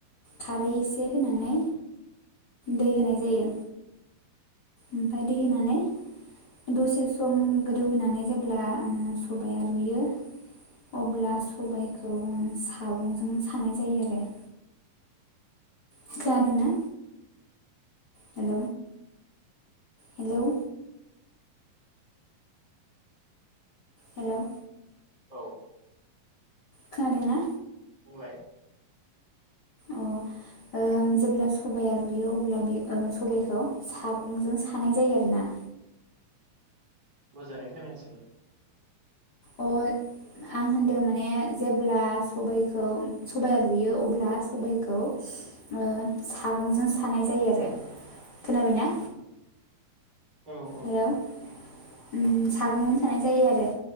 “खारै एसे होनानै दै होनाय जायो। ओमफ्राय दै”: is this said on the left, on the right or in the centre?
Left